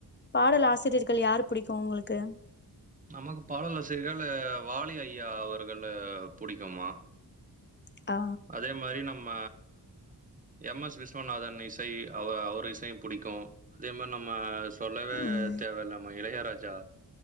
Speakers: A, on the left; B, on the right.
A: பாடல் ஆசிரியர்கள் யார் புடிக்கும் உங்களுக்கு
B: நமக்கு பாடல் ஆசிரியர்கள் வாலி ஐயா அவர்கள் புடிக்குமா
A: ஆ
B: அதே மாரி நம்ம எம் எஸ் விஸ்வநாதன் இசை அவ அவர் இசையும் புடிக்கும் அதே மாரி நம்ம சொல்லவே
A: ம்
B: தேவை இலாம இளையராஜா